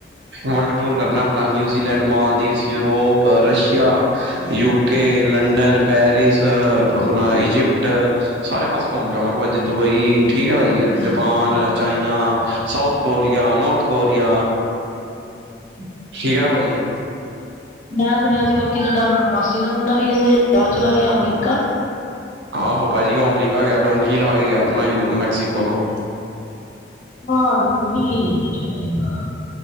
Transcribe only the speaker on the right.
ਵਰਲਡ ਟੂਰ ਕਰਨਾ ਆਪਣਾ ਨਿਊਜ਼ੀਲੈਂਡ, ਮਾਲਦੀਵ, ਯੂਰੋਪ, ਰਸ਼ੀਆ,
ਯੂਕੇ ਕੇ ਲੰਡਨ, ਪੈਰਿਸ ਆਪਣਾ ਇਜਿਪਟ ਸਾਰੇ ਪਾਸੇ ਘੁੰਮ ਕੇ ਆਵਾਂਗਾ ਦੁਬਈ
ਠੀਕ ਹੈ
ਪਾਜੀ
ਜਪਾਨ,
China, South Korea‍, North Korea
ਠੀਕ ਹੈ ਨਾ ਪਾਜੀ।
ਆਹੋ ਪਾਜੀ ਓ ਅਮਰੀਕਾ ਗੇਆ, ਡੋਂਕੀ ਲਾ ਕੇ ਗੇਆ ਆਪਣਾ ਯੂਰੋ ਮੈਕਸੀਕੋ ਤੋਂ।